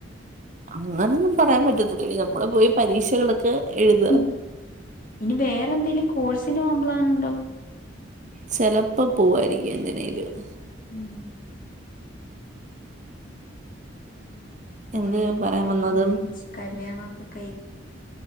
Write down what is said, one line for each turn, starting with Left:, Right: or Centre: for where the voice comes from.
Right: അങ്ങനൊന്നും പറയാൻ പറ്റത്തില്ല നമ്മള് പോയി പരീക്ഷകളൊക്കെ എഴുത
Left: ഉം. ഇനി വേറെ എന്തെങ്കലും കോഴ്സിന് പോവുമ്പോ എങ്ങനെണ്ടാവും
Right: ചെിലപ്പോ പോവായിരിക്കും എന്തിനേയിലും
Left: മ്മ് പോയി
Right: എന്ത് ഞാൻ പറയാൻ
Left: ജോലി
Right: വന്നതും
Left: മേടിച്ച് കല്യാണം ഒക്കെ കഴിക്ക്